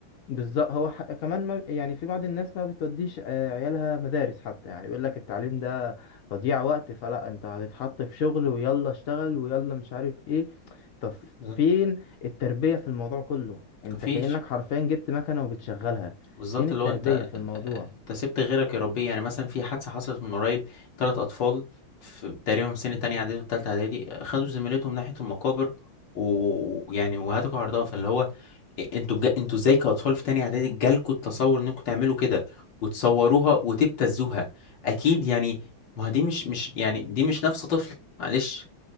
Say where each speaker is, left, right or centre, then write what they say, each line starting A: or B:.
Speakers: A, on the left; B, on the left.
A: بالظبط هو ح... كمان ما يعني في بعض الناس ما بتوديش آه، عيالها مدارس حتى يعني يقول لك التعليم ده تضييع وقت فلا انت هتتحط في شغل ويلا اشتغل ويلا مش عارف ايه طب
B: بالظبط.
A: فين التربية في الموضوع كله انت
B: مفيش
A: كأنك حرفيا جبت مكنة وبتشغلها
B: بالظبط
A: فين التربية
B: اللي هو انت
A: في الموضوع
B: انت سبت غيرك يربيه يعني مثلا في حادثة حصلت من قريب تلات أطفال في تقريبا في سن تانية إعدادي وتالتة إعدادي خدوا زميلتهم ناحية المقابر و- ويعني وهتكوا عرضها فاللي هو انتوا جا... انتوا ازاي كأطفال في تانية إعدادي جالكوا التصور انكم تعملوا كده وتصوروها وتبتزوها أكيد يعني ما هي دي مش مش يعني دي مش نفس طفل معلش